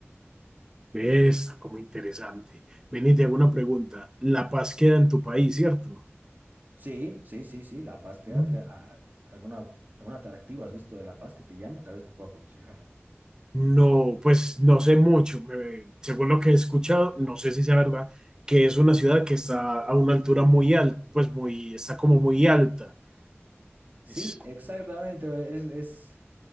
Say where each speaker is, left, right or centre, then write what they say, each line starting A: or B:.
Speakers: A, on the right; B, on the right.
A: ¿Ves? como interesante. Ven y te hago una pregunta. La Paz queda en tu país, ¿cierto?
B: Sí, sí, sí, sí, La Paz queda.
A: Mm.
B: que- a- a- ¿Alguna, alguna atractiva has visto de La Paz que te llame? Tal vez te pueda aconsejar.
A: No, pues no sé mucho. me- según lo que he escuchado, no sé si sea verdad, que es una ciudad que está a una altura muy alta, pues muy, está como muy alta.
B: Sí,
A: Es-
B: exactamente. Es, es,